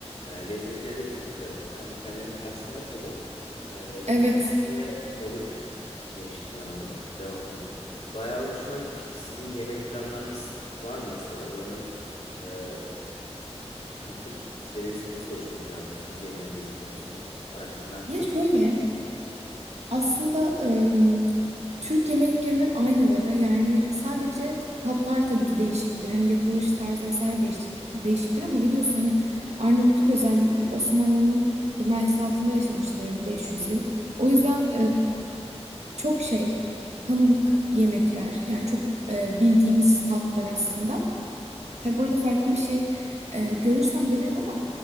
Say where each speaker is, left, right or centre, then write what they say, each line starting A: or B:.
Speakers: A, on the left; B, on the right.
A: E, lezzetleri de çok güzel. Tam İtalya'nın karşısında kalıyor. E,
B: Evet.
A: hamur ve balık yemiştim ben orada devamlı. Bayağı hoşuma gitmişti. Sizin yemek planlarınız var mı mesela? Oranın e, kültür seviyesini nasıl ölçmeyi planlıyorsunuz yemek gezi konusunda? Araştırma yaptınız
B: Ya şöyle
A: mı?
B: aslında ım, Türk yemeklerinin aynıları yani sadece tatlar tabii ki değişiktir. Hani yapılış tarzı vesaire değişiktir, değişiktir ama biliyorsun hani Arnavutluk özellikle Osmanlı'nın himayesi altında yaşamıştır hani 500 yıl. O yüzden çok şey tanıdık yemekler yani çok e, bildiğimiz tatlar aslında. Tabi burada farklı bir şey e, görürsem denerim ama